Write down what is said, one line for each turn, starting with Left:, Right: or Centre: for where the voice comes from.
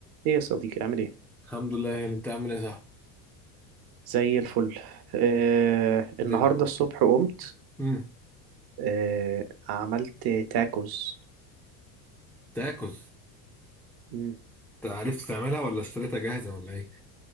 Right: ايه يا صديقي عامل ايه
Centre: الحمد لله يا اللي انت عامل ايه يا صاحبي
Right: زي الفل آه النهارده
Centre: الدنيا قولي
Right: الصبح قمت
Centre: امم
Right: آه عملت تاكوز
Centre: تاكوز
Right: مم.
Centre: انت عرفت تعملها ولا اشتريتها جاهزه ولا ايه